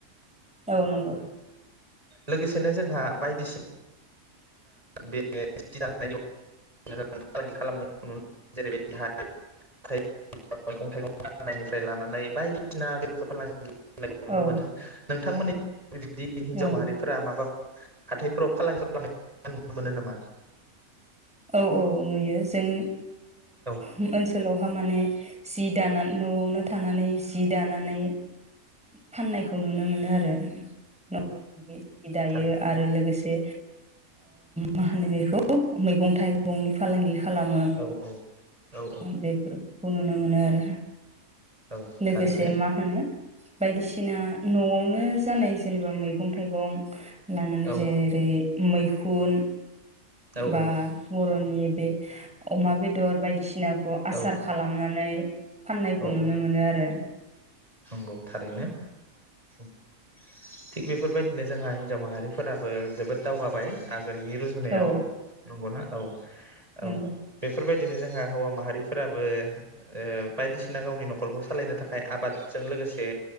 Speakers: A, in the centre; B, on the right (about 25°).
A: औ नंगौ।
B: लोगोसेनो जोंहा बायदिसिना। बे <unintelligible> मोजां फालांगि खालामनायखौ नुनो मोनो जेरैबायदि ह <unintelligible> मैगं थाइगं फाननायनिफ्राय लानानै बायदिसिना बेथा फालांगि। नुनो
A: औ
B: मोनो नोंथांमोननि। बिब्दि हिनजाव
A: औ
B: माहारिफोरा माबा। हाथायफोराव फालांगि खालामो आं नुनो मोनो नामा?
A: औ औ नुयो जों।
B: औ
A: उम ओनसोलाव बहा माने जि दानानै न'आवनो थानानै जि दानानै फाननायखौ नुनो मोनो आरो न'आव जि दायो
B: थारैनो
A: आरो लोगोसे मा होनो बेखौ मैगं थाइगंनि फालांगि खालामो
B: औ औ
A: बेनो नुनो मोनो आरो।
B: औ औ
A: लोगोसे
B: थारैनो
A: मा होनो बायदिसिना न'आवनो जानाय जेनेबा मैगं मैगं थाइगं लानानै
B: औ
A: जेरै मैखुन।
B: औ
A: बा बर'नि बे अमा बेदर बायदिसिनाखौ आसार
B: औ
A: खालामनानै। फाननायखौ
B: औ
A: नुनो। आरो।
B: नंगौ थारैनो। <inaudible> थिग बेफोरबायदिनो जोंहा हिनजाव माहारिफोराबो जोबोद दावगाबाय। नोंनि रुजुनायाव
A: औ
B: नंगौना औ औ
A: नंगौ
B: बेफोरबाय बिदिनो जोंहा हौवा माहारिफोराबो ओ बायदिसिना गावनि नखरखौ सालायनो थाखाय आबाद जों लोगोसे